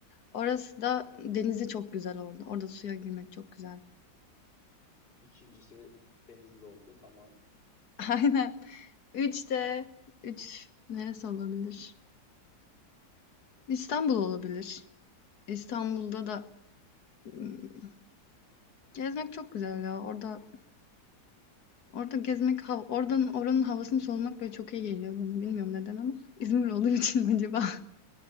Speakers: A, on the left; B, on the left.
A: Orası da denizi çok güzel orada. Orada suya girmek çok güzel.
B: İkincisi Denizli oldu. Tamam.
A: <laughs> Aynen. Üç de üç neresi olabilir? İstanbul olabilir. İstanbul'da da ım, gezmek çok güzel ya. Orada orada gezmek hav- oradan oranın havasını solumak böyle çok iyi geliyor bana. Bilmiyorum neden ama <laughs> İzmir olduğu için mi acaba? <laughs>